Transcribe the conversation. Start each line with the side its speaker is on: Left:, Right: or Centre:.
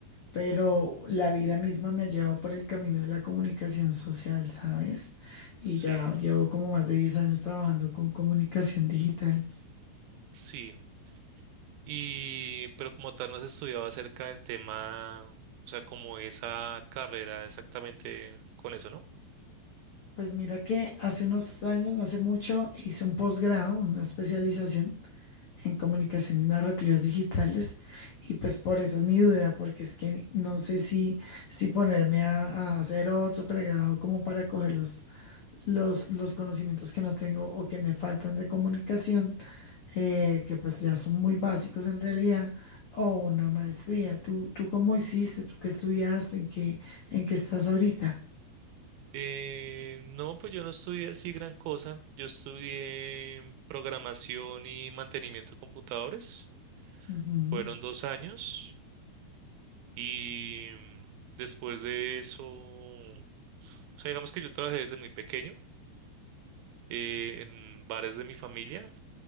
Right: S-
Left: pero la vida misma me ha llevado por el camino de la comunicación social, ¿sabes? Y
Right: Sí,
Left: ya llevo como más de 10 años trabajando con comunicación digital.
Right: sí. Y, pero como tal, no has estudiado acerca del tema, o sea, como esa carrera exactamente con eso, ¿no?
Left: Pues mira que hace unos años, no hace mucho, hice un posgrado, una especialización en comunicación y narrativas digitales y pues por eso es mi duda, porque es que no sé si, si ponerme a, a hacer otro pregrado como para coger los, los, los conocimientos que no tengo o que me faltan de comunicación, eh, que pues ya son muy básicos en realidad, o una maestría. ¿Tú, tú cómo hiciste? ¿Tú qué estudiaste? ¿En qué, en qué estás ahorita?
Right: Eh, no, pues yo no estudié así gran cosa. Yo estudié programación y mantenimiento de computadores.
Left: Ujú.
Right: Fueron dos años y mm, después de eso. O sea, digamos que yo trabajé desde muy pequeño eh, en bares de mi familia,